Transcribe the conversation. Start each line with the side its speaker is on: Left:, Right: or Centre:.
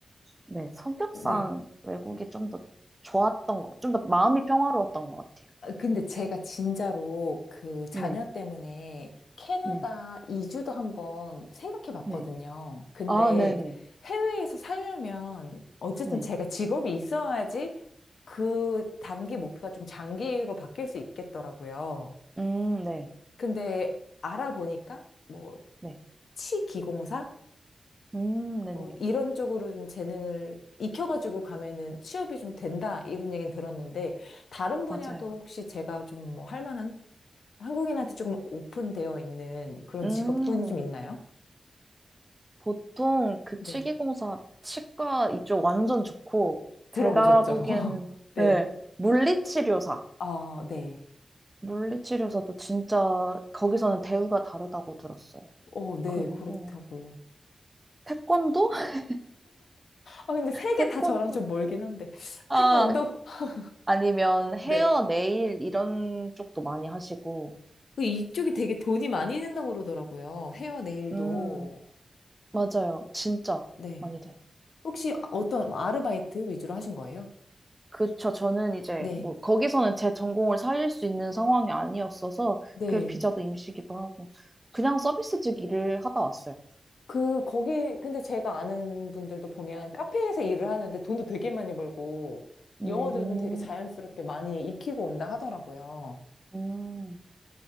Right: 네, 성격상
Left: 네.
Right: 외국이 좀 더 좋았던 거, 좀 더 마음이 평화로웠던 것 같아요.
Left: 아, 근데 제가 진짜로 그 자녀
Right: 네,
Left: 때문에 캐나다
Right: 네,
Left: 이주도 한번 생각해 봤거든요.
Right: 네.
Left: 근데
Right: 아, 네네,
Left: 해외에서 살려면 어쨌든
Right: 네. 네.
Left: 제가 직업이 있어야지 그 단기 목표가 좀 장기로 바뀔 수 있겠더라고요.
Right: 음, 네,
Left: 근데 알아보니까 뭐
Right: 네.
Left: 치기공사?
Right: 음, 네네네.
Left: 뭐 이런 쪽으로 좀 재능을 익혀가지고 가면은 취업이 좀 된다 이런 얘기는 들었는데 다른 분야도
Right: 맞아요.
Left: 혹시 제가 좀 뭐 할 만한 한국인한테 조금 오픈되어 있는 그런
Right: 음.
Left: 직업군이 좀 있나요?
Right: 보통 그
Left: 네.
Right: 치기공사 치과 이쪽 완전 좋고
Left: 들어보셨죠?
Right: 제가 보기에는
Left: <laughs> 네.
Right: 네 물리치료사
Left: 아, 네.
Right: 물리치료사도 진짜 거기서는 대우가 다르다고 들었어요.
Left: 어, 네,
Right: 그리고
Left: 그렇다고요.
Right: 태권도? <laughs>
Left: 아, 근데 세 개
Right: 태권도
Left: 다 저랑 좀 멀긴 한데.
Right: 아
Left: 태권도? <laughs>
Right: 아니면 헤어
Left: 네.
Right: 네일 이런 쪽도 많이 하시고
Left: 그 이쪽이 되게 돈이 많이 든다고 그러더라고요. 헤어 네일도.
Right: 음 맞아요 진짜
Left: 네.
Right: 많이 돼요.
Left: 혹시 어떤 아르바이트 위주로 하신 거예요?
Right: 그쵸. 저는 이제
Left: 네.
Right: 뭐 거기서는 제 전공을 살릴 수 있는 상황이 아니었어서
Left: 네.
Right: 그 비자도 임시기도 하고 그냥 서비스직 일을 하다 왔어요.
Left: 그, 거기, 근데 제가 아는 분들도 보면 카페에서 일을 하는데 돈도 되게 많이 벌고
Right: 음,
Left: 영어도 좀 되게 자연스럽게 많이 익히고 온다 하더라고요.
Right: 음.